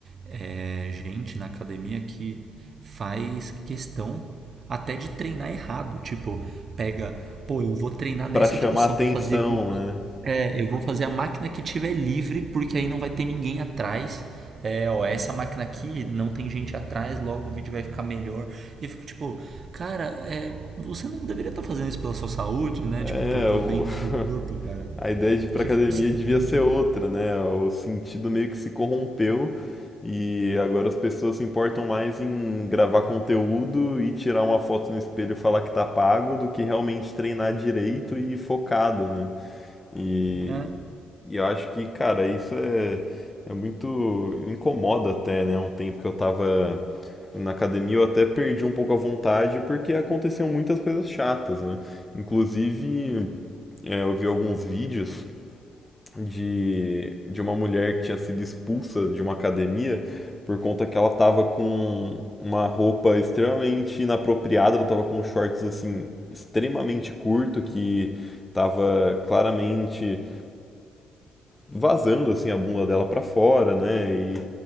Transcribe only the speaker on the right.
é, gente na academia que faz questão até de treinar errado. Tipo, pega, pô, eu vou treinar nessa
direção,
vou fazer,
é, eu vou fazer a máquina que tiver livre, porque aí não vai ter ninguém atrás. É, ó, essa máquina aqui não tem gente atrás, logo o vídeo vai ficar melhor. E eu fico tipo, cara, é, você não deveria estar fazendo isso pela sua saúde, né?
Tipo, pro, pro
bem do
seu corpo, cara.
Que
frustrante.
É,